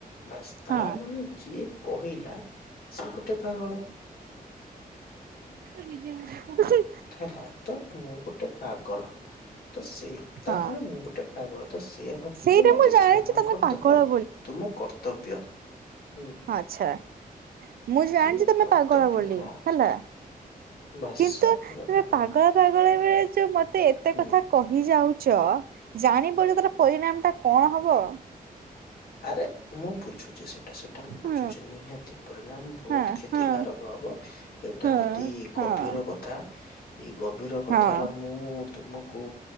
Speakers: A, on the left (about 75°); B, on the right (about 70°).
A: ବାସ୍ ତା
B: ହଁ
A: ମାନେ ଯିଏ କହିଲା ସେ ଗୋଟେ ପାଗଳ।
B: ଉହୁଁ
A: ହେଲା ତ ମୁଁ ଗୋଟେ ପାଗଳ ତ ସେଇ ତାମାନେ
B: ହଁ।
A: ମୁଁ ଗୋଟେ ପାଗଳ ତ ସେଆ ଭାବିକି
B: ସେଇଟା
A: ମତେ
B: ମୁଁ ଜାଣିଛି
A: କ୍ଷମା
B: ତମେ
A: କରିଦବା
B: ପାଗଳ
A: ତୁମ କର୍ତ୍ତବ୍ୟ। ହୁଁ
B: ଆଛା ମୁଁ ଜାଣିଛି
A: ତୁମ
B: ତମେ
A: କର୍ତ୍ତବ୍ୟ
B: ପାଗଳ ବୋଲି
A: ହଁ
B: ହେଲା।
A: ବାସ୍
B: କିନ୍ତୁ
A: ସରିଲା କଥା
B: ଏ
A: ହଁ
B: ପାଗଳ ପାଗଳ ଭଳିଆ ହେଚ ମତେ ଏତେ
A: ହୁଁ
B: କଥା କହି ଯାଉଛ ଜାଣିବ ଯେ ତାର ପରିଣାମ ଟା କଣ ହବ?
A: ଆରେ ମୁଁ ବୁଝୁଛି ସେଇ ସେଟା ସେଟା ମୁ
B: ହଁ
A: ବୁଝୁଛି ନିହାତି ପରିଣାମ ବୋହୁତ
B: ହଁ
A: କ୍ଷତିକାରକ
B: ହଁ
A: ହବ। ଏଇଟା
B: ହଁ
A: ଅତି
B: ହଁ
A: ଗଭୀର କ କଥା ଏଇ ଗଭୀର କଥାର
B: ହଁ
A: ମୁଁ ତୁମକୁ